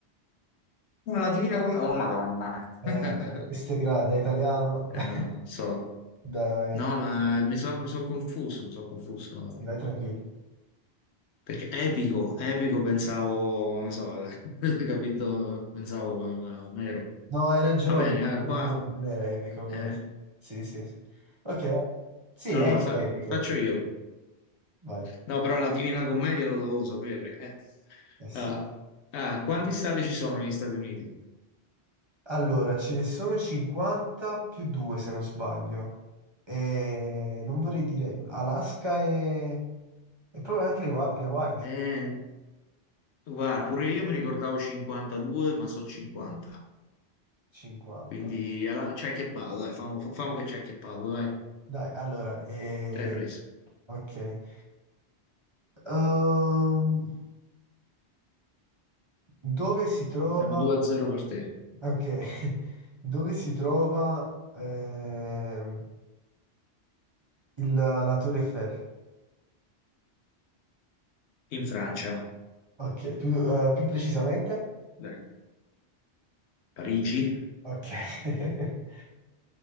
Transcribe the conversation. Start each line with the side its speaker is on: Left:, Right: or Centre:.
Left: Ma La Divina Commedia, oh Madonna.
Right: Eh,
Left: <laughs>
Right: questo è gra- da italiano. <laughs> Dai,
Left: Eh, no, non so.
Right: dai,
Left: No, ma mi sono confuso, mi sono confuso.
Right: sì,
Left: eh.
Right: vai tranquillo.
Left: Perché epico, epico pensavo, non so, <laughs> capito, pensavo mero.
Right: No, hai ragione,
Left: Va bene,
Right: hai
Left: eh, ma,
Right: ragione, non era epico però.
Left: eh,
Right: Sì, sì, sì. sì. Ok, dai. sì,
Left: allora
Right: è un
Left: fa-
Right: po' epico.
Left: faccio io.
Right: Vai.
Left: No, però la Divina Commedia lo dovevo sapere. eh.
Right: Eh sì.
Left: Ah, ah, quanti stati ci sono negli Stati Uniti?
Right: Allora, ce ne sono 50 più 2 se non sbaglio. E non vorrei dire Alaska e, e proprio anche le, Hawa- le Hawaii.
Left: Eh, Guarda, pure io mi ricordavo 52, ma so 50.
Right: 50.
Left: Quindi alla- ci hai chiappato, dai, famo, famo che ci hai chiappato, dai.
Right: Dai, allora, eh,
Left: Ci hai preso.
Right: ok. Ehm, dove si trova?
Left: Quindi siamo 2-0 per te.
Right: Ok, <laughs> dove si trova ehm, il- la Torre Eiffel?
Left: In Francia,
Right: Ok, più, eh, più precisamente?
Left: dai. Parigi,
Right: Ok, <laughs>